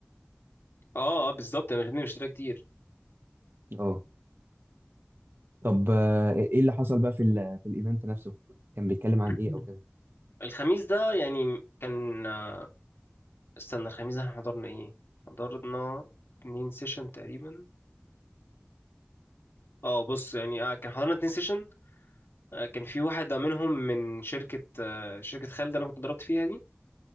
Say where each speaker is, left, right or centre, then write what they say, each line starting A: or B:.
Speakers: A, on the left (about 80°); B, on the right (about 70°).
A: اه اه بالظبط انا مش مش مشتريها كتير
B: اه طب آه، ايه اللي حصل بقى في ال في الايفنت نفسه كان بيتكلم
A: <coughs>
B: عن
A: <clears throat>
B: ايه او كده
A: الخميس ده يعني كان آه، استنى الخميس ده احنا حضرنا ايه حضرنا اتنين سيشن تقريبا اه بص يعني آه كان حضرنا اتنين سيشن آه كان في واحد منهم من شركة آه شركة خالد اللي انا كنت ضربت فيها دي